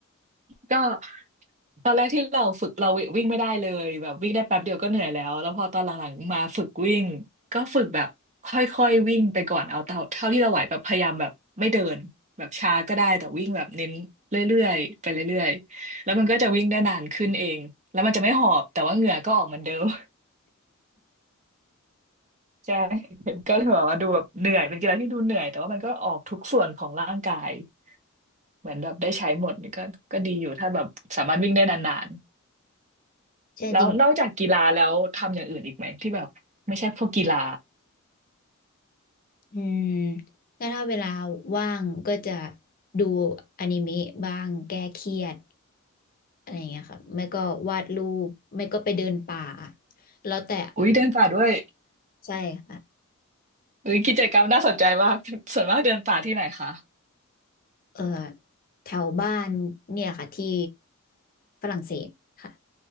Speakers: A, on the right (about 35°); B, on the left (about 45°).
A: ก็ ตอนแรกที่เราฝึกเราวิ่งไม่ได้เลยแบบวิ่งได้แป๊บเดียวก็เหนื่อยแล้วแล้วพอตอนหลังๆมาฝึกวิ่งก็ฝึกแบบค่อยๆวิ่งไปก่อนเอาเท่าเท่าที่เราไหวแบบพยายามแบบไม่เดินแบบช้าก็ได้แต่วิ่งแบบเน้นเรื่อยๆไปเรื่อยๆแล้วมันก็จะวิ่งได้นานขึ้นเองแล้วมันจะไม่หอบแต่ว่าเหงื่อก็ออกเหมือนเดิม <laughs> ใช่ <laughs> ก็เลยแบบว่าดูแบบเหนื่อยเป็นกีฬาที่ดูเหนื่อยแต่ว่ามันก็ออกทุกส่วนของร่างกายเหมือนแบบได้ใช้หมดก็ก็ดีอยู่ถ้าแบบสามารถวิ่งได้นาน
B: ใช่จริง
A: แล้วนอกจากกีฬาแล้วทำอย่างอื่นอีกไหมที่แบบไม่ใช่พวกกีฬา
B: อืมก็ถ้าเวลาว่างก็จะดูอนิเมะบ้างแก้เครียด อะไรอย่างเงี้ยค่ะไม่ก็วาดรูปไม่ก็ไปเดินป่าแล้วแต่
A: อุ้ยเดินป่าด้วย
B: ใช่ค่ะ
A: อุ้ยกิจกรรมน่าสนใจมากส่วนมากเดินป่าที่ไหนคะ
B: เออแถวบ้านเนี่ยค่ะที่ฝรั่งเศสค่ะ